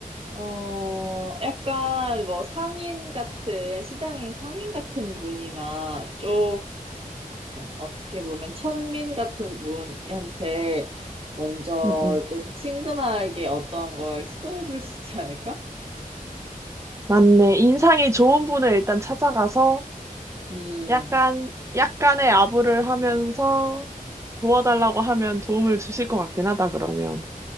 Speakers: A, on the right; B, on the right.
A: 어, 약간 뭐 상인 같은, 시장의 상인 같은 분이나 조금 어떻게 보면 천민 같은 분한테 먼저
B: 응, 응.
A: 좀 친근하게 어떤 걸 시도해 볼 수 있지 않을까?
B: 맞네. 인상이 좋은 분을 일단 찾아가서
A: 음,
B: 약간, 약간의 아부를 하면서 도와달라고 하면 도움을 주실 것 같긴 하다, 그러면.